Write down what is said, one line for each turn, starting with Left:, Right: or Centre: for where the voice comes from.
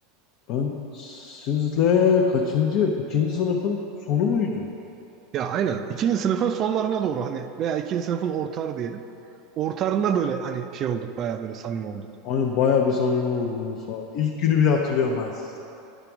Left: Ben sizle kaçıncı? ikinci sınıfın sonu muydu?
Right: Ya aynen. İkinci sınıfın sonlarına doğru hani veya ikinci sınıfın ortarı diyelim. Ortarında böyle hani şey olduk bayağı böyle samimi olduk.
Left: Aynen bayağı bir samimi olduğumuz falan. İlk günü bile hatırlıyorum ben sizle.